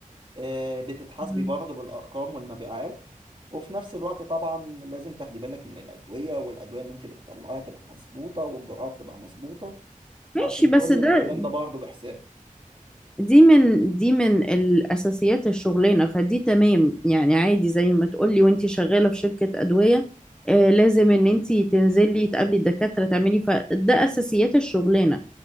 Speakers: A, on the right; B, in the centre.
A: آه، بتتحاسبي
B: مم.
A: برضه بالأرقام والمبيعات وفي نفس الوقت طبعا لازم تاخدي بالك من الأدوية والأدوية اللي انت بتطلعيها تبقى مظبوطة والجرعات تبقى مظبوطة
B: ماشي
A: عشان
B: بس
A: كل
B: ده
A: الكلام ده برضه بحساب
B: دي من دي من الأساسيات الشغلانة فدي تمام يعني عادي زي ما تقولي وانتي شغالة في شركة أدوية آه لازم ان انتي تنزلي تقابلي الدكاترة تعملي فده أساسيات الشغلانة